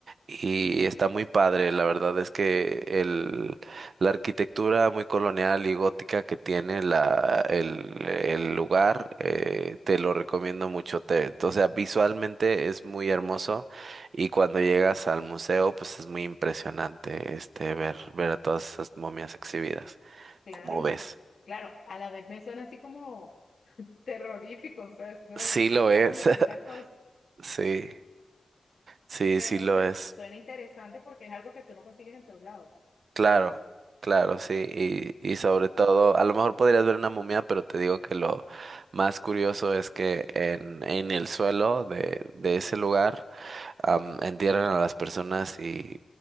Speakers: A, on the right; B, on the left.
A: y está muy padre, la verdad es que el, la arquitectura muy colonial y gótica que tiene la, el, el lugar, eh, te lo recomiendo mucho, te, o sea, visualmente es muy hermoso. Y cuando llegas al museo, pues es muy impresionante este ver, ver a todas esas momias exhibidas.
B: Claro,
A: ¿Cómo
B: no.
A: ves?
B: Claro, a la vez me suena así como terrorífico, o sea, eso
A: Sí
B: de
A: lo
B: momias
A: es.
B: y
A: <laughs>
B: esas cosas.
A: Sí, sí,
B: Pero
A: sí lo
B: se,
A: es.
B: suena interesante porque es algo que tú no consigues en todos lados.
A: Claro, claro, sí.
B: Sí.
A: Y, y sobre todo, a lo mejor podrías ver una momia, pero te digo que lo más curioso es que en, en el suelo de, de ese lugar am, entierran a las personas y,